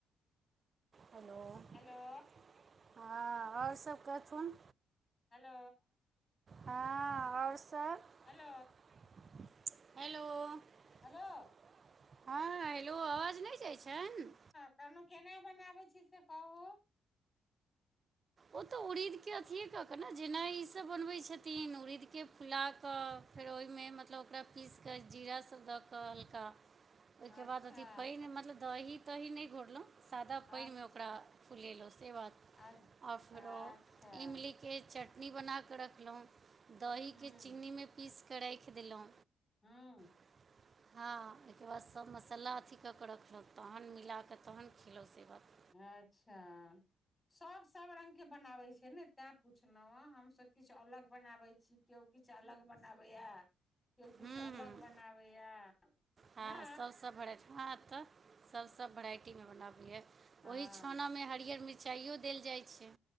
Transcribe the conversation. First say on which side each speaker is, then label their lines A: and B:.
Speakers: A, on the right (about 40°); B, on the left (about 20°).
A: हेलो
B: हेलो
A: <inaudible> हँ ओर सब कहथुन
B: हेलो
A: हँ और सब
B: हेलो
A: <unintelligible> हेलो
B: हेलो
A: <inaudible> हँ हेलो अवाज नै जाइ छैन
B: कहनो केना बनाबै छी से कहु
A: ओ तऽ उड़ीद केँ अथिए कऽ कऽ न जेना ईसभ बनबैत छथिन उड़ीद केँ फुला कऽ फेर ओइमें मतलब ओकरा पीस कऽ जीरास सब दऽ कऽ हल्का ओइ केँ
B: अच्छा
A: बाद अथी पाइन मतलब दही तही नै घोरलो सादा
B: अच्छा
A: पाइन में ओकरा फुलेलो से बात
B: अच्छा
A: आ फेरो
B: अच्छा अच्छा
A: इमली केँ चटनी बना कऽ रखलौ दही
B: हूँ
A: केँ चीनी में पीस कऽ रैख देलौं
B: हु
A: <unintelligible> हँ ओइ केँ बाद सभ मसाला अथी कऽ केँ रखलक तहन मिला कऽ तहन खेलौ से बात
B: अच्छा सब सब रंग केँ बनाबै छै ने तै पुछलों हऽ हम सभ किछ अलग बनाबैत छी किओ किछ अलग बनाबैए केओ किछ
A: हूँ
B: अलग
A: हूँ
B: बनाबैए <inaudible>
A: हँ
B: नै
A: <unintelligible> हँ तऽ सभ सब भेराइटी में बनाबैए
B: हँ
A: ओहि छौना में हरियर मिरचाइयो देल जाइ छै